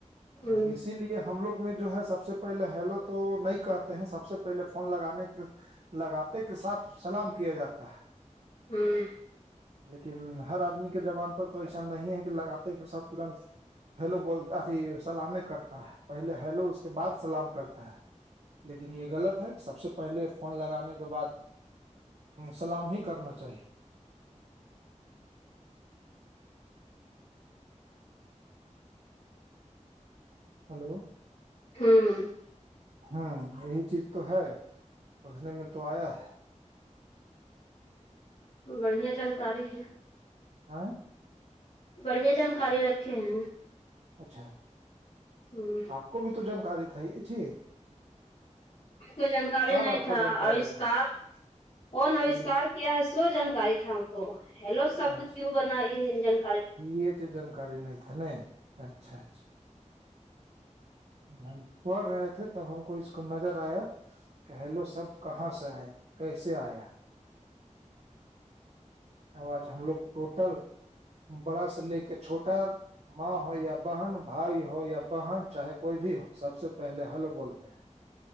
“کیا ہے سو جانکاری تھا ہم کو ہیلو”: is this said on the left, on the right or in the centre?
Left